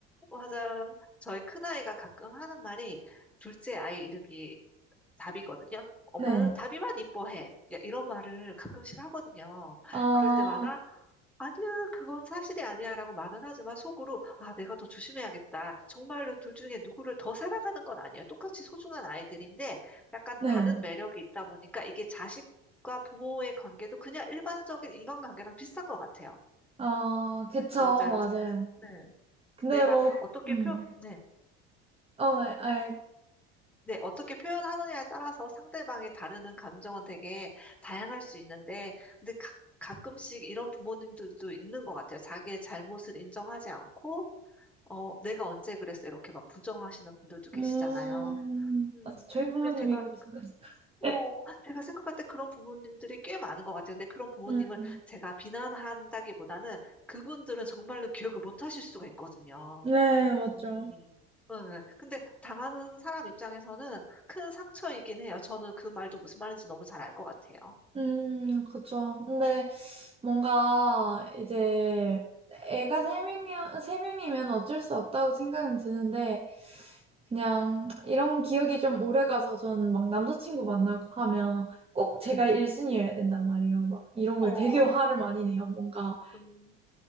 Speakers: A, in the centre; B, on the right.
A: 맞아요. 저희 큰아이가 가끔 하는 말이 둘째 아이 이름이 답이거든요. 엄마는
B: 네.
A: 답이만 이뻐해. 야, 이런 말을 가끔씩 하거든요.
B: 어,
A: 그럴 때마다 아니야, 그건 사실이 아니야라고 말은 하지만 속으로 아, 내가 더 조심해야겠다. 정말로 둘 중에 누구를 더 사랑하는 건 아니에요. 똑같이 소중한 아이들인데 약간
B: 네.
A: 다른 매력이 있다 보니까 이게 자식과 부모의 관계도 그냥 일반적인 인간관계랑 비슷한 것 같아요.
B: 어, 그쵸.
A: 맞아요.
B: 맞아요.
A: 네.
B: 근데
A: 내가
B: 뭐,
A: 어떻게
B: 음,
A: 표, 네.
B: 어, 네, 알,
A: 네, 어떻게 표현하느냐에 따라서 상대방이 다루는 감정은 되게 다양할 수 있는데, 근데 가, 가끔씩 이런 부모님들도 있는 것 같아요. 자기의 잘못을 인정하지 않고, 어, 내가 언제 그랬어? 이렇게 막 부정하시는 분들도 계시잖아요.
B: 음,
A: 음,
B: 맞죠. 저희 부모님이
A: 근데 제가,
B: 그러시네요.
A: 어,
B: <laughs>
A: 제가 생각할 때 그런 부모님들이 꽤 많은 것 같아요. 근데 그런 부모님을
B: 음,
A: 제가 비난한다기보다는 그분들은 정말로 <laughs> 기억을 못 하실 수가 있거든요.
B: 네, 맞죠.
A: 음. 응, 근데 당하는 사람 입장에서는 큰 상처이긴 해요. 저는 그 말도 무슨 말인지 너무 잘 알 것 같아요.
B: 음, 그쵸. 근데 뭔가 이제 애가 세 명이, 세 명이면 어쩔 수 없다고 생각은 드는데, 그냥 이런 기억이 좀 오래 가서 전 막 남자친구 만나고 하면 꼭 제가 1순위여야 된단 말이에요. 막 이런
A: 어,
B: 거에 되게 화를 많이 내요. 뭔가
A: 음,